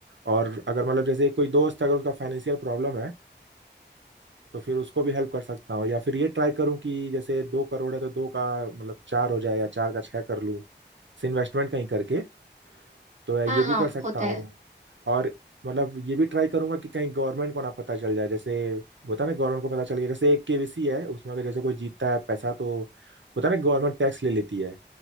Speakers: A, on the right (about 85°); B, on the right (about 40°).
A: और अगर मतलब जैसे कोई दोस्त अगर उसका फाइनेंशियल प्रॉब्लम है तो फिर उसको भी हेल्प कर सकता हूँ या फिर ये ट्राई करूँ कि जैसे दो करोड़ है तो दो का मतलब चार हो जाए या चार का छः कर लूँ इन्वेस्टमेंट कहीं करके तो ये
B: हाँ
A: भी
B: हाँ
A: कर सकता
B: होता
A: हूँ
B: है
A: और मतलब ये भी ट्राई करूंगा कि कहीं गवर्नमेंट को ना पता चल जाए जैसे होता है ना गवर्नमेंट को पता चल गया जैसे एक केवीसी है उसमें अगर जैसे कोई जीतता है पैसा तो होता है ना गवर्नमेंट टैक्स ले लेती है